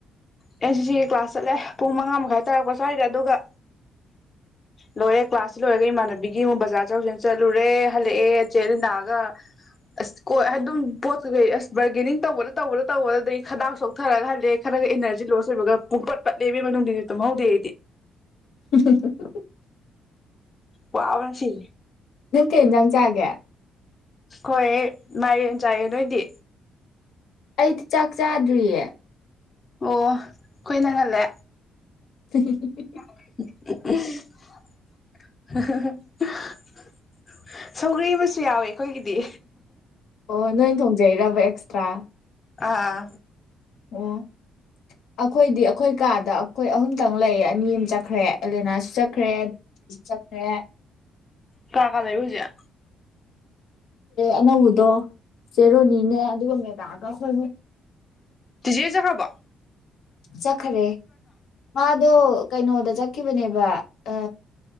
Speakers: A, on the left; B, on the left.
A: ꯑ ꯁꯤꯁꯤ ꯀ꯭ꯂꯥꯁ ꯆꯠꯂꯦ ꯄꯨꯡ ꯃꯉꯥ ꯃꯈꯥꯏ ꯇꯥꯔꯛꯄ ꯁ꯭ꯋꯥꯏꯗ ꯑꯗꯨꯒ ꯂꯣꯏꯔꯦ ꯀ꯭ꯂꯥꯁꯁꯤ ꯂꯣꯏꯔꯒ ꯏꯃꯥꯟꯅꯕꯤꯒꯤ ꯑꯃꯨꯛ ꯕꯖꯥꯔ ꯆꯧꯁꯤꯅ ꯆꯠꯂꯨꯔꯦ ꯍꯜꯂꯛꯑꯦ ꯆꯦ ꯂꯤꯟꯗꯥꯑꯒ ꯑꯁ ꯀꯣꯏ ꯑꯗꯨꯝ ꯄꯣꯠ ꯀꯩꯀꯩ ꯑꯁ ꯕꯥꯔꯒꯦꯅꯤꯡ ꯇꯧꯕꯗ ꯇꯧꯕꯗ ꯇꯧꯕꯗꯗꯒꯤꯩ ꯈꯗꯥꯛ ꯆꯣꯛꯊꯔꯒ ꯍꯜꯂꯦ ꯈꯔ ꯏꯅꯔꯖꯤ ꯂꯣꯁ ꯑꯣꯏꯕꯒ ꯄꯨꯡꯄꯠ ꯄꯠꯂꯦꯕꯒꯤ ꯃꯅꯨꯡꯗꯗꯤ ꯇꯨꯝꯍꯧꯗꯦ ꯑꯩꯗꯤ
B: <unintelligible>
A: ꯋꯥꯕꯟꯁꯤ
B: ꯅꯪ ꯀꯩ ꯌꯦꯟꯖꯥꯡ ꯆꯥꯒꯦ
A: ꯍꯣꯏ ꯃꯥꯏ ꯆꯥꯏꯌꯦꯦ ꯅꯣꯏꯗꯤ
B: ꯑꯩꯗꯤ ꯆꯥꯛ ꯆꯥꯗ꯭ꯔꯤꯌꯦ
A: ꯑꯣ ꯑꯩꯣꯏ ꯅꯪ ꯉꯜꯂꯦ
B: <unintelligible>
A: <unintelligible> ꯁꯒꯂꯤ ꯃꯁ ꯌꯥꯎꯋꯦ ꯑꯩꯈꯣꯏꯒꯤꯗꯤ
B: ꯑꯣ ꯅꯣꯏ ꯊꯣꯡꯖꯩꯔꯕ ꯑꯦꯛꯁꯇ꯭ꯔꯥ
A: ꯑꯥ
B: ꯑꯣ ꯑꯩꯈꯣꯏꯗꯤ ꯑꯩꯈꯣꯏ ꯀꯩ ꯀꯥꯗ ꯑꯩꯈꯣꯏ ꯑꯍꯨꯝꯇꯪ ꯂꯩꯌꯦ ꯑꯅꯤ ꯑꯃ ꯆꯠꯈ꯭ꯔꯦ ꯑꯦꯂꯦꯅꯥꯁꯨ ꯆꯠꯈ꯭ꯔꯦꯁꯨ ꯆꯠꯈ꯭ꯔꯦ
A: ꯀꯥ ꯀꯥꯂ ꯂꯩ ꯄꯨꯖꯤꯌꯥ
B: ꯦꯅꯧꯕꯗꯣ ꯆꯦꯔꯣꯅꯤꯅꯦ ꯑꯗꯨꯒ ꯒ ꯁ
A: ꯇꯖꯤꯦꯖ ꯍꯕ
B: ꯆꯈ꯭ꯔꯦ ꯃꯥꯗꯨꯣ ꯀꯩꯅꯣꯗ ꯆꯠꯈꯤꯕꯅꯦꯕ ꯑ